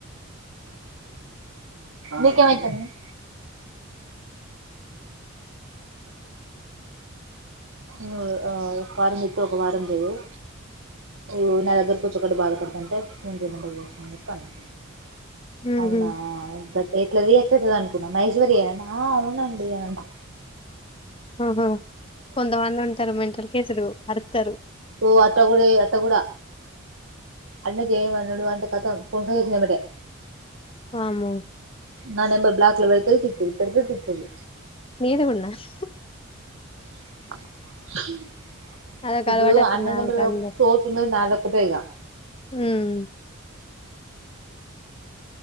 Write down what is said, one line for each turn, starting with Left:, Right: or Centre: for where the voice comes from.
Right: నీకేమైతుంది <inaudible> నువ్వు ఆ ఒక వారం ఎత్తి ఒక వారం జేయవ్ వు నా దగ్గర కొచ్చి ఒకటే బాధపడుతుంటే ఫోన్ చేద్దాం అని జెప్పి అన్నా
Left: ఊహూ
Right: అవునా ఎట్లా రియాక్ట్ అయితాదో అనుకున్నాం మహేశ్వరి ఆ అవునండి అంట
Left: ఆహ కొంత మంది ఉంటారు మెంటల్ కేసులు అరుత్తారు
Right: ఓ అట్ట కూడా అట్ట కూడా అన్న చేయమన్నాడు అంటే కథం ఫోనుపే చేసింది వెంబటే
Left: వామ్మో
Right: నా ఎంబర్ బ్లాక్ లో పెడ్తది తీత్తది పెడతది తిత్తది
Left: నీది గూన్నా హ్మ్
Right: <inaudible>
Left: అదొక
Right: ఇప్పుడు
Left: అలవాటు అట్టుందా
Right: అన్న నెంబర్
Left: ఆమెకు
Right: కాకపోతే
Left: అందరు
Right: చోస్తున్నది నాదొక్కతే గా
Left: హ్మ్